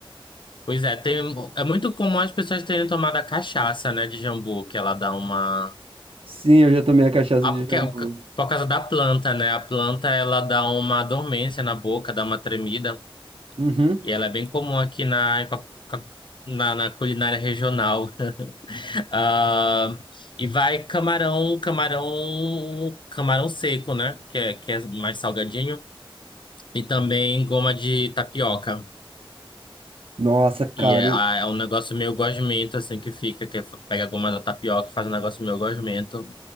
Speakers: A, on the left; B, on the right.
A: Pois é, tem, é muito comum as pessoas terem tomado a cachaça, né, de jambu, que ela dá uma...
B: Sim, eu já tomei a cachaça
A: Ah,
B: de
A: porque,
B: jambu.
A: é o ca- por causa da planta, né? A planta ela dá uma dormência na boca, dá uma tremida.
B: Uhum.
A: E ela é bem comum aqui na, em co- co- na, na culinária regional. <laughs> Ah, e vai camarão, camarão, camarão seco, né? Que é, que é mais salgadinho. E também goma de tapioca.
B: Nossa, cara,
A: E é, ah, é um negócio meio gosmento, assim, que fica, que f- pega a goma da tapioca e faz um negócio meio gosmento.